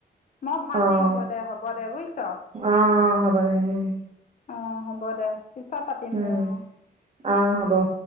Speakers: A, on the left; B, on the right.
A: মই ভাত
B: অ'
A: দিম গৈ দে হ'ব দে বুইছ
B: অ' অ' হ'ব দে উম,
A: । অ হ'ব দে। পিছত পাতিম
B: উম,
A: দে অ।
B: অ' হ'ব